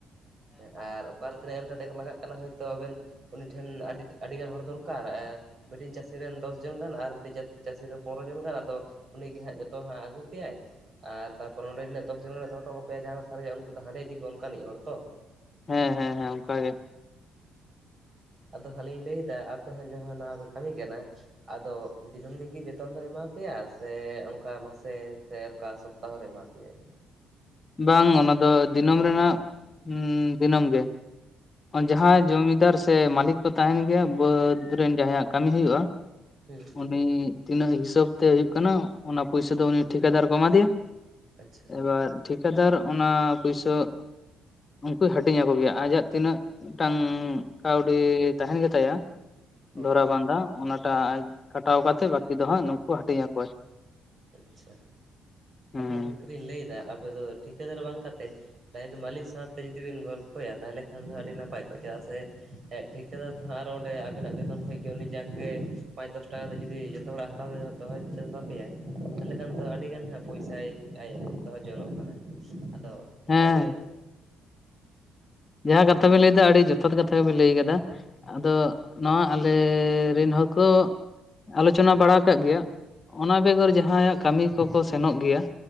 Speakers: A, on the right; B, on the left.
A: ᱦᱮᱸ ᱟᱨ ᱚᱠᱟ ᱨᱮ ᱛᱤᱱᱟᱹᱜ ᱮᱢ ᱠᱟᱛᱮ ᱠᱚ ᱞᱟᱜᱟᱜ ᱠᱟᱱᱟ ᱦᱳᱭ ᱛᱚ ᱟᱵᱮᱱ᱾ ᱩᱱᱤ ᱴᱷᱮᱱ ᱟᱹᱰᱤ ᱛᱮ ᱟᱹᱰᱤ ᱜᱟᱱ ᱦᱚᱲ ᱫᱚᱨᱠᱟᱹᱨ ᱮ ᱢᱤᱫ ᱴᱤᱱ ᱪᱟᱹᱥᱤ ᱨᱮᱱ ᱫᱚᱥ ᱡᱚᱱ ᱜᱟᱱ ᱟᱨ ᱢᱤᱫ ᱴᱤᱱ ᱪᱟᱹᱥᱤ ᱨᱮᱱ ᱯᱚᱱᱨᱚ ᱡᱚᱱ ᱜᱟᱱ ᱟᱫᱚ ᱩᱱᱤ ᱜᱮ ᱦᱟᱸᱜ ᱡᱚᱛᱚ ᱦᱟᱸᱜ ᱟᱹᱜᱩ ᱯᱮᱭᱟᱭ, ᱟᱨ ᱛᱟᱯᱚᱨ ᱱᱚᱸᱰᱮ ᱱᱤᱱᱟᱹᱜ ᱫᱚᱥ ᱡᱚᱱ ᱜᱟᱱ ᱮ ᱫᱚᱦᱚ ᱦᱚᱴᱚ ᱠᱟᱯᱮᱭᱟᱭ ᱟᱨ ᱡᱟᱦᱟ ᱠᱚ ᱥᱟᱨᱮᱡᱚᱜᱼᱟ ᱩᱱᱠᱩ ᱫᱚ ᱦᱟᱸᱰᱮ ᱤᱫᱤ ᱠᱚᱣᱟᱭ ᱚᱱᱠᱟ ᱱᱤᱡ ᱦᱚᱲ ᱛᱚ?
B: ᱦᱮᱸ ᱦᱮᱸ ᱦᱮᱸ ᱚᱱᱠᱟ ᱜᱮ᱾
A: ᱟᱫᱚ ᱦᱟᱸᱜ ᱞᱤᱧ ᱞᱟᱹᱭ ᱫᱟ ᱟᱯᱮ ᱦᱟᱸᱜ ᱡᱟᱦᱟᱸᱜ ᱱᱟᱣᱟ ᱯᱮ ᱠᱟᱹᱢᱤ ᱠᱟᱱᱟ, ᱟᱫᱚ ᱫᱤᱱᱟᱹᱢ ᱜᱮᱠᱤ ᱵᱮᱛᱚᱱ ᱫᱚ ᱮᱢᱟ ᱯᱮᱭᱟ ᱥᱮ ᱚᱱᱠᱟ ᱢᱟᱥᱮ ᱥᱮ ᱚᱱᱠᱟ ᱥᱚᱯᱛᱟᱦᱚ ᱨᱮ ᱮᱢᱟ ᱯᱮᱭᱟᱭ?
B: ᱵᱟᱝ ᱚᱱᱟ ᱫᱚ ᱫᱤᱱᱟᱹᱢ ᱨᱮᱱᱟᱜ ᱫᱤᱱᱟᱹᱢ ᱜᱮ᱾
A: ᱟᱪᱪᱷᱟ
B: ᱡᱟᱸᱦᱟᱭ ᱡᱚᱢᱤᱫᱟᱨ ᱥᱮ ᱢᱟᱹᱞᱤᱠ ᱠᱚ ᱛᱟᱦᱮᱸᱱ ᱜᱮᱭᱟ ᱵᱟᱹᱫᱽ ᱨᱤᱱ ᱡᱟᱸᱦᱟᱭ ᱟᱜ ᱠᱟᱹᱢᱤ ᱦᱩᱭᱩᱜᱼᱟ,
A: ᱦᱩᱸ᱾
B: ᱩᱱᱤ ᱛᱤᱱᱟᱹᱜ ᱦᱤᱥᱟᱹᱵ ᱛᱮ ᱦᱳᱭᱳᱜ ᱠᱟᱱᱟ ᱚᱱᱟ ᱯᱚᱭᱥᱟ ᱫᱚ ᱩᱱᱤ ᱴᱷᱤᱠᱟᱹᱫᱟᱨ ᱠᱚ ᱮᱢᱟ ᱫᱮᱭᱟ,
A: ᱟᱪᱪᱷᱟ
B: ᱮᱵᱟᱨ ᱴᱷᱤᱠᱟᱹᱫᱟᱨ ᱚᱱᱟ ᱯᱩᱭᱥᱟᱹ ᱩᱱᱠᱩᱭ ᱦᱟᱹᱴᱤᱧ ᱟᱠᱚ ᱜᱮᱭᱟ ᱟᱡᱟᱜ ᱛᱤᱱᱟᱹᱜ ᱢᱤᱫ ᱴᱟᱝ ᱠᱟᱹᱣᱰᱤ ᱛᱟᱦᱮᱸᱱ ᱜᱮ ᱛᱟᱭᱟ,
A: ᱦᱳᱭ
B: ᱫᱷᱚᱨᱟ
A: ᱦᱳᱭ
B: ᱵᱟᱸᱫᱟ ᱚᱱᱟ ᱴᱟᱜ ᱠᱟᱴᱟᱣ ᱠᱟᱛᱮᱜ ᱵᱟᱹᱠᱤ ᱫᱚ ᱦᱟᱸᱜ ᱱᱩᱠᱩ ᱦᱟᱹᱴᱤᱧ ᱟᱠᱚᱣᱟᱭ᱾
A: ᱟᱪᱪᱷᱟ
B: ᱦᱩᱸ
A: ᱟᱫᱚ ᱦᱟᱸᱜ ᱜᱚᱝᱠᱮ ᱞᱤᱧ ᱞᱟᱹᱭ ᱫᱟ ᱟᱯᱮ ᱫᱚ ᱴᱷᱤᱠᱟᱹ ᱫᱟᱨ ᱵᱟᱝ ᱠᱟᱛᱮ ᱰᱟᱭᱨᱮᱰ ᱢᱟᱹᱞᱤᱠ ᱥᱟᱶ ᱛᱮ ᱡᱩᱫᱤ ᱵᱤᱱ ᱜᱚᱞᱯᱷᱚᱭᱟ ᱛᱟᱦᱞᱮ ᱠᱷᱟᱱ ᱫᱚ ᱟᱹᱰᱤ ᱱᱟᱯᱟᱭ ᱠᱚᱜᱼᱟ ᱪᱮᱫᱟᱜ ᱥᱮ ᱮᱸᱫ ᱴᱷᱤᱠᱫᱟᱹᱨ ᱫᱚ ᱟᱨᱚ ᱦᱟᱸᱜ ᱚᱸᱰᱮ ᱟᱵᱮᱱᱟᱜ ᱵᱮᱛᱚᱱ ᱠᱷᱚᱡ ᱜᱮ ᱩᱱᱤ ᱡᱟᱠᱜᱮ ᱯᱟᱸᱪ ᱫᱚᱥ ᱴᱟᱠᱟ ᱛᱮ ᱡᱩᱫᱤ ᱡᱚᱛᱚ ᱦᱚᱲᱟᱜ ᱦᱟᱛᱟᱣ <unintelligible> ᱫᱚᱦᱚ <unintelligible> ᱮᱢᱟ ᱞᱮᱭᱟ ᱛᱟᱦᱞᱮ ᱠᱷᱟᱱ ᱫᱚ ᱟᱹᱰᱤ ᱜᱟᱱ ᱦᱟᱸᱜ ᱯᱩᱭᱥᱟᱹᱭ ᱟᱡ ᱫᱚᱦᱚ ᱡᱚᱱᱚᱜ ᱠᱟᱱᱟᱭ᱾ ᱟᱫᱚ ᱚᱱᱠᱟ
B: ᱦᱮᱸ
A: ᱜᱮ
B: ᱡᱟᱦᱟᱸ ᱠᱟᱛᱷᱟ ᱵᱤᱱ ᱞᱟᱹᱭ ᱫᱟ ᱟᱹᱰᱤ ᱡᱚᱛᱷᱟᱛ ᱠᱟᱛᱷᱟ ᱜᱮ ᱵᱤᱱ ᱞᱟᱹᱭ ᱠᱟᱫᱟ, ᱟᱫᱚ ᱱᱚᱣᱟ ᱟᱞᱮ ᱨᱮᱱ ᱦᱚᱠᱚ ᱟᱞᱳᱪᱚᱱᱟ ᱵᱟᱲᱟ ᱠᱟᱜ ᱜᱮᱭᱟ, ᱚᱱᱟ ᱵᱮᱜᱚᱨ ᱡᱟᱸᱦᱟᱭᱟᱜ ᱠᱟᱹᱢᱤ ᱠᱚᱠᱚ ᱥᱮᱱᱚᱜ ᱜᱮᱭᱟ